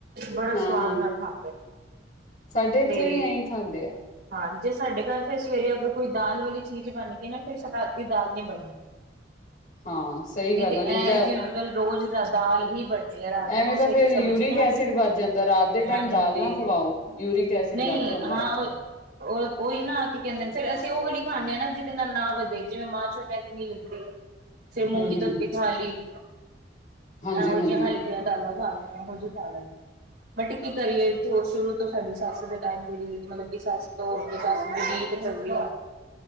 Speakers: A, on the right (about 60°); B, on the left (about 50°).
A: ਬੜਾ
B: ਹਾਂ
A: ਸਵਾਦ
B: ਹਾਂ
A: ਨਾਲ ਖਾਂਦੇ।
B: ਸਾਡੇ ਇੱਥੇ
A: ਤੇ
B: ਵੀ ਐਈ ਖਾਂਦੇ ਆ।
A: ਹਾਂ, ਜੇ ਸਾਡੇ ਘਰ ਫਿਰ ਸਵੇਰੇ ਅਗਰ ਕੋਈ ਦਾਲ ਵਾਲੀ ਚੀਜ਼ ਬਣ ਗਈ ਨਾ ਫਿਰ ਰਾਤੀ ਦਾਲ ਨਹੀਂੀ ਬਣੀ।
B: ਹਾਂ ਸਹੀ
A: ਨਹੀਂ
B: ਗੱਲ
A: ਤੇ,
B: ਆ
A: ਐਜ
B: ਤਾਂ
A: ਯੂਜਅਲ ਰੋਜ਼ ਦਾਲ ਹੀ ਬਣ। ਯਾ ਰਾਤ
B: ਐਵੇਂ
A: ਨੂੰ
B: ਤਾਂ
A: ਸੇ
B: ਫੇਰ ਯੂਰਿਕ
A: ਸਬਜ਼ੀਆਂ
B: ਐਸਿਡ ਵੱਧ ਜਾਂਦਾ ਰਾਤ ਦੇ ਟਾਈਮ
A: ਹਾਂਜੀ।
B: ਦਾਲ ਨਾ ਖਵਾਓ ਯੂਰਿਕ ਐਸਿਡ
A: ਨਹੀਂ,
B: ਵੱਧ ਜਾਂਦਾ
A: ਹਾਂ
B: ਆ
A: ਉਹ, ਉਹੀ ਨਾ, ਕੀ ਕਹਿੰਦੇ? ਸਿਰ ਅਸੀਂ ਉਹ ਵਲੀ ਖਾਂਦੇ ਹ ਨਾ ਜਿਹਦੇ ਨਾਲ ਨਾ ਵਧੇ ਜਿਵੇਂ ਮਾਂ ਛੋਲਿਆ ਦੀ ਨੀ ਦੀ। ਫਿਰ ਮੂੰਗੀ
B: ਹੂੰ ਹੂੰ
A: ਧੋਤੀ
B: ਹੂੰ
A: ਖਾਲੀ
B: ਹਾਂਜੀ
A: ਐਹੋ ਜਿਹੀਆ
B: ਹਾਂਜੀ
A: ਹਾ। <inaudible> ਗਾਲਾਂ ਖਾ ਲੀਆਂ ਇਹੋ ਜਿਹੀ ਖਾ ਲੈ। ਬਟ ਕੀ ਕਰੀਏ, ਸ਼ੁਰੂ ਤੋਂ ਸਾਡੀ ਸੱਸ ਦੇ ਟਾਈਮ ਜਿਹੜੀਏ ਮਤਲਬ ਕਿ ਸੱਸ। ਸੱਸ ਨੇ ਰੀਤ ਚਲੀ ਆ,